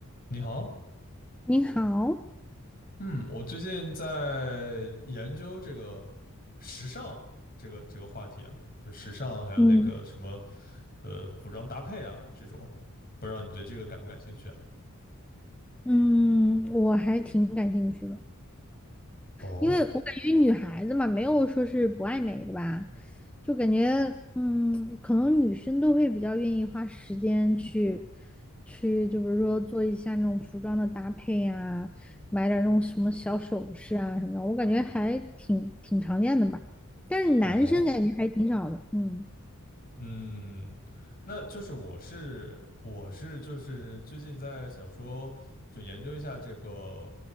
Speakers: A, on the left; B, in the centre.
A: 你好，
B: 你好，
A: 嗯，我最近在研究这个时尚这个这个话题啊，就时尚还有那个什么
B: 嗯
A: 呃服装搭配啊这种，不知道你对这个感不感兴趣啊？
B: 嗯，我还挺感兴趣的，
A: 哦
B: 因为我感觉女孩子嘛，没有说是不爱美的吧，就感觉，嗯，可能女生都会比较愿意花时间去，去，就比如说做一下那种服装的搭配呀、买点儿那种什么小首饰啊什么的，我感觉还挺挺常见的吧，但是男生感觉还挺少的，
A: 哦，
B: 嗯
A: 嗯，那就是我是我是就是最近在想说，就研究一下这个